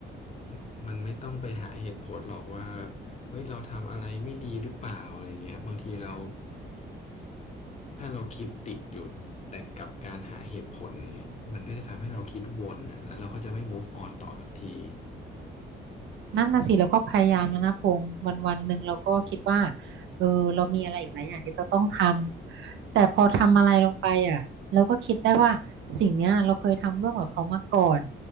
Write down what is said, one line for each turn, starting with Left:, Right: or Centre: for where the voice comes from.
Left: มันมันไม่ต้องไปหาเหตุผลหรอกว่าเฮ้ยเราทำอะไรไม่ดีหรือเปล่าอะไรเงี้ยบางทีเรา ถ้าเราคิดติดอยู่แต่กับการหาเหตุผลอย่างเงี้ยมันก็จะทำให้เราคิดวนนะแล้วเราก็จะไม่ move on ต่อสักที
Right: นั่นนะสิเราก็พยายามแล้วนะพงวันวันหนึ่งเราก็คิดว่าเออเรามีอะไรอีกหลายอย่างที่เราต้องทำแต่พอทำอะไรลงไปอ่ะเราก็คิดได้ว่าสิ่งเนี้ยเราเคยทำร่วมกับเขามาก่อน